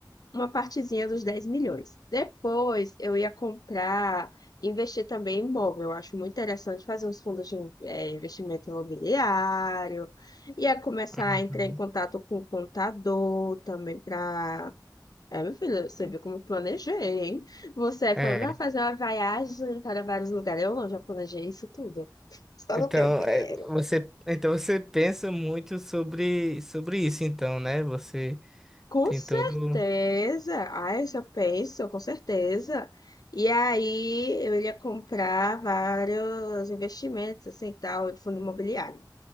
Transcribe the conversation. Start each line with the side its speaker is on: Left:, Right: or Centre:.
Left: uma partezinha dos 10 milhões. Depois eu ia comprar, investir também em imóvel. Eu acho muito interessante fazer uns fundos de eh, investimento imobiliário. Ia começar
Centre: uhum.
Left: a entrar em contato com o contador também para é, meu filho, você viu como eu planejei, hein? Você aí
Centre: É.
Left: falando, ah, fazer uma viagem para vários lugares. Eu não, já planejei isso tudo. Só
Centre: Então,
Left: não tenho dinheiro.
Centre: é, você, então você pensa muito sobre, sobre isso, então, né? Você
Left: Com
Centre: tem
Left: certeza.
Centre: todo.
Left: Ai, já penso, com certeza. E aí eu iria comprar vários investimentos, assim, tal, de fundo imobiliário.